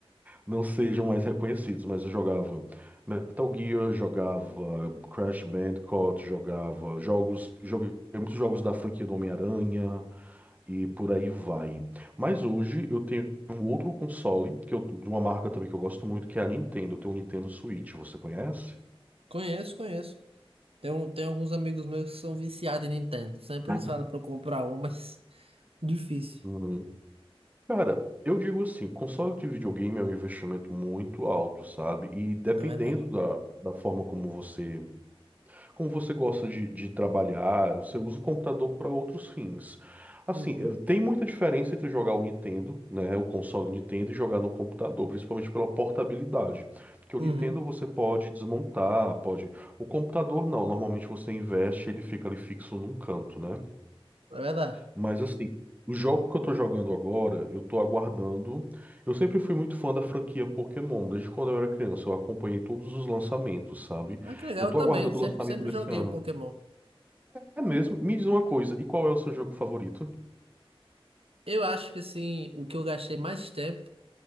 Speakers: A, on the right (about 15°); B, on the right (about 70°).
A: não sejam mais reconhecidos, mas eu jogava Metal Gear, jogava Crash Bandicoot, jogava jogos, joguei muitos jogos da franquia do Homem-Aranha e por aí vai. Mas hoje eu tenho um outro console que eu, de uma marca também que eu gosto muito, que é a Nintendo. Eu tenho o Nintendo Switch, você conhece?
B: Conheço, conheço. Tem, um- tem alguns amigos meus que são viciados em Nintendo. Sempre
A: Ah,
B: eles falam pra eu comprar um, mas <laughs> difícil.
A: Uhum. Cara, eu digo assim, console de videogame é um investimento muito alto, sabe? E dependendo
B: É verdade.
A: da, da forma como você Como você gosta de, de trabalhar, você usa o computador para outros fins. Assim,
B: Uhum.
A: eh, tem muita diferença entre jogar o Nintendo, né, o console Nintendo, e jogar no computador, principalmente pela portabilidade. Porque
B: Uhum.
A: o Nintendo você pode desmontar, pode. O computador não, normalmente você investe, ele fica ali fixo num canto, né?
B: É verdade.
A: Mas assim, o jogo que eu tô jogando agora, eu tô aguardando. Eu sempre fui muito fã da franquia Pokémon, desde quando eu era criança, eu acompanhei todos os lançamentos, sabe?
B: Ah, que legal,
A: Eu tô
B: eu também.
A: aguardando
B: Sempre,
A: o lançamento
B: sempre
A: desse
B: joguei
A: ano.
B: o Pokémon.
A: É mesmo. Me diz uma coisa, e qual é o seu jogo favorito?
B: Eu acho que assim, o que eu gastei mais tempo,